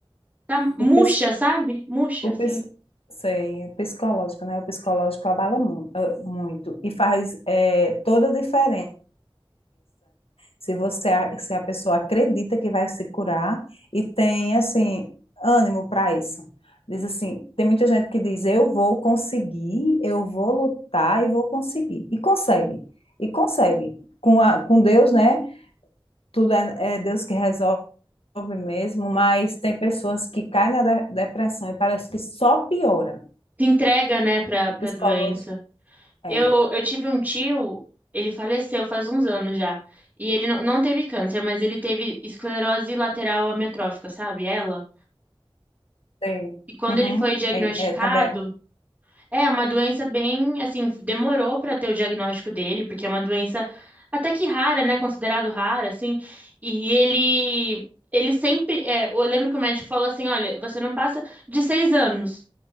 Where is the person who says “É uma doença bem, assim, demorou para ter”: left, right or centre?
Right